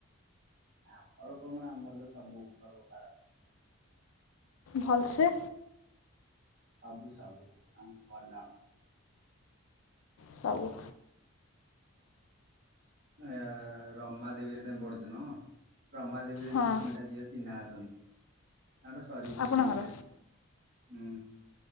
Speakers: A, on the right; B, on the left.
A: ଆମର କଣ ଆମର ତ ସବୁ ପର୍ବ ପାଳନ।
B: ଭଲସେ
A: ସବୁ ସବୁ ଆମର ସବୁ ଭଲ।
B: ସବୁ
A: ଏ-ଏ-ଏ-ଏ ରମା ଦେବୀରେ ତମ ପଢୁଛ ନୁହ? ରମା ଦେବୀରେ
B: ହଁ
A: ଦୀ ତିନିଟା ଝିଅ ଚିହ୍ନା ଅଛନ୍ତି। ଆର ସରି ଯିବନି
B: ଆପଣଙ୍କର
A: ବୋଧେ? ହୁଁ